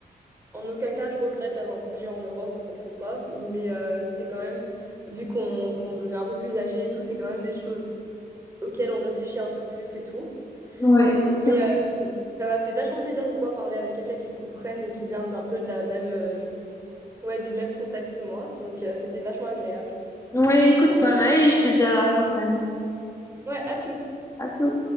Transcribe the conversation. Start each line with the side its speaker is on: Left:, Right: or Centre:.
Right: En aucun cas, je regrette d'avoir bougé en Europe ou quoi que ce soit, mais euh, c'est quand même, vu qu'on qu'on devient un peu plus âgé et tout, c'est quand même des choses auxquelles on réfléchit un peu plus et tout.
Left: ouais, justement.
Right: Mais euh, ça m'a fait vachement plaisir de pouvoir parler avec quelqu'un qui comprenne et qui vient d'un peu de la même, euh, ouais, du même contexte que moi. Donc euh, c'était vachement agréable.
Left: Ouais, écoute, pareil, je te dis à la prochaine.
Right: Ouais, à toutes.
Left: À tout.